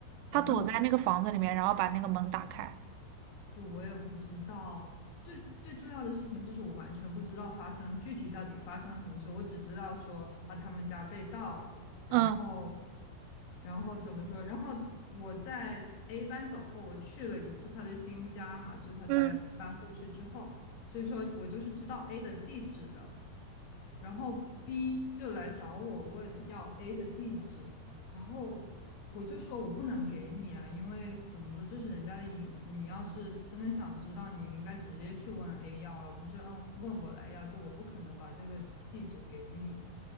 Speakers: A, on the left (about 70°); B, on the right (about 85°).
A: 然后
B: 他躲在那个房子里面，然后把那个门打开。
A: 就我也不知道。最最重要的事情就是我完全不知道发生具体到底发生了什么事，我只知道说啊他们家被盗了，然后
B: 嗯，
A: 然后怎么说？然后我在 A 班走后，我去了一次他的新家嘛，就他在搬过去之后，
B: 嗯，
A: 所以说我就是知道 A 的地址的。然后 B 就来找我问要 A 的地址，然后我就说我不能给你啊，因为怎么说这是人家的隐私，你要是真的想知道，你应该直接去问 A 要，而不是嗯问我来要，就我不可能把这个地址给你。